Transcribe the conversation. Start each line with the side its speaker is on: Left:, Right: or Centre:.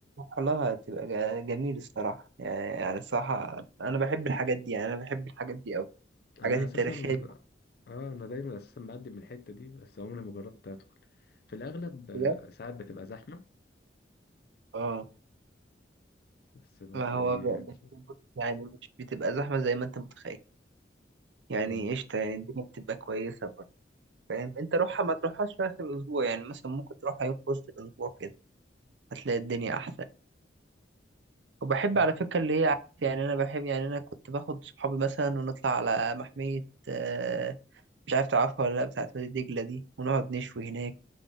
Right: والله هتبقى جا- جميل الصراحة يعني يعني الصراحة أنا بحب الحاجات دي يعني أنا بحب الحاجات دي أوي
Left: أنا
Right: الحاجات التاريخية
Left: أساسا
Right: دي
Left: اه أنا دايما أساسا بقدم من الحتة دي بس عمري ما جربت أدخل في الأغلب
Right: بجد
Left: آه، ساعات بتبقى زحمة
Right: اه
Left: بس برضو
Right: ما هو
Left: إيه
Right: ب-
Left: يعني
Right: بس- يعني مش بتبقى زحمة زي ما أنت متخيل يعني
Left: مم.
Right: قشطة يعني الدنيا بتبقى كويسة برضه فاهم أنت روحها ما تروحهاش في آخر الأسبوع يعني مثلا ممكن تروحها يوم في وسط الأسبوع كده هتلاقي الدنيا أحسن وبحب
Left: مم.
Right: على فكرة اللي هي عارف يعني أنا بحب يعني أنا كنت باخد صحابي مثلا ونطلع على محمية آه، مش عارف تعرفها ولا لأ بتاعت وادي دجلة دي ونقعد نشوي هناك